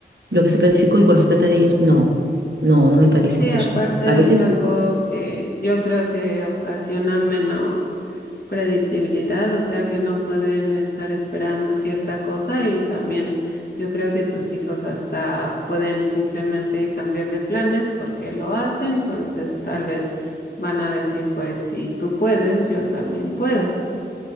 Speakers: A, on the right; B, on the left.
A: lo que se planificó y cuando se trata de ellos, no. No, no me parece
B: Sí,
A: justo.
B: aparte
A: A veces
B: es algo que yo creo que ocasiona menos predictibilidad, o sea que no pueden estar esperando cierta cosa y también yo creo que tus hijos hasta pueden simplemente cambiar de planes porque lo hacen, entonces tal vez van a decir, pues si tú puedes, yo también puedo.